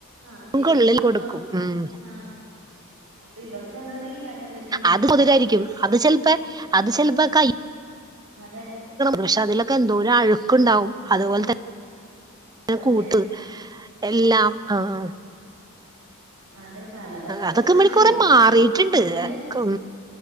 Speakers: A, on the right; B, on the right.
A: ആഹ് ജനിച്ച്
B: കൊള്ളിൽ
A: വന്നൊട
B: കൊടുക്കും ഉം
A: ആഹ് അപ്പ ഇവർക്കതറിയില്ല അതെ പറ്റ്
B: അത് കുതിരാരിക്കും അത് ചെലപ്പെ അത് ചെലപ്പേ കയ്
A: അതേ
B: പക്ഷെ അതിലൊക്കെ എന്തോരം അഴുക്ക്ണ്ടാവും
A: അതെ
B: അത്
A: അതെ
B: പോലെതൻ ആഹ്
A: അതെ
B: കൂട്ട് എല്ലാം ആഹ്
A: അതെ പല പല
B: അതൊക്കെ
A: പ്രശ്നങ്ങള്
B: ഇമ്മല് കൊറേ
A: ഇവർക്ക്
B: മാറിയിട്ടുണ്ട്
A: ഇതിന്റെ
B: ഉം